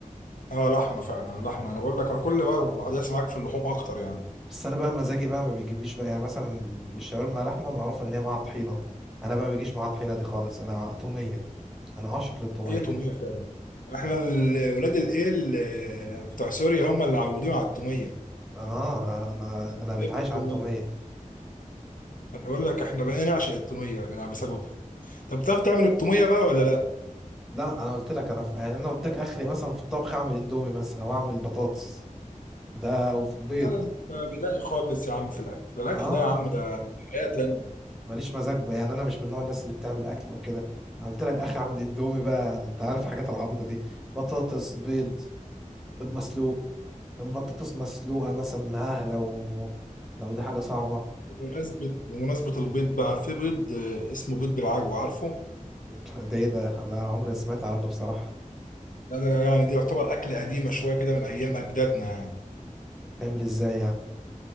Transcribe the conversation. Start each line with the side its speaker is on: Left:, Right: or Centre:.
Left: اه لحمه فعلا لحمه انا بقول لك انا كل بقى بحدث معاك في اللحوم اكتر يعني
Centre: بس أنا بقى مزاجي بقى ما بيجيبليش بقى يعني مثلا الشاورما لحمة معروف إن هي معاها طحينة أنا بقى ما بيجيش معاها طحينة دي خالص أنا تومية أنا عاشق للتومية
Left: هي توميه فعلا احنا ال- ولاد الايه ال- بتاع سوريا هم اللي عودونا على التوميه
Centre: اه انا انا ده
Left: بنحب
Centre: انا بتعايش
Left: التوميه
Centre: على التوميه
Left: بقول لك احنا بقينا نعشق التوميه يا جدع بسببه طب بتعرف تعمل التوميه بقى ولا لا
Centre: لا انا قلت لك انا في... يعني انا قلت لك اخري مثلا في الطبخ اعمل اندومي مثلا او اعمل بطاطس ده او في بيض
Left: لا ده انت بدائي خالص يا عم في الاكل الاكل
Centre: اه
Left: ده يا عم ده حياة تانية
Centre: ماليش مزاج بقى. يعني انا مش من نوع الناس اللي بتعمل اكل وكده انا قلت لك اخري اعمل اندومي بقى انت عارف الحاجات العبيطه دي بطاطس بيض بيض مسلوق بطاطس مسلوقه مثلا ها لو لو دي حاجه صعبه
Left: بمناسبة بمناسبة البيض بقى في بيض آه، اسمه بيض بالعجوة عارفه
Centre: <laughs> ده ايه ده ده أنا عمري ما سمعت عنه بصراحه
Left: لا ده يعني دي يعتبر اكل قديمة شوية كده من ايام اجدادنا يعني
Centre: تعمل ازاي يعني